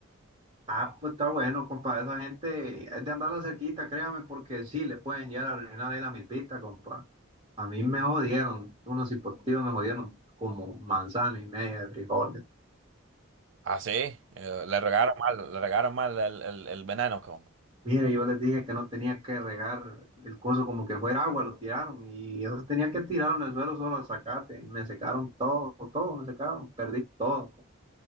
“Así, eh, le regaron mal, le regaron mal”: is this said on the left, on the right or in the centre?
Right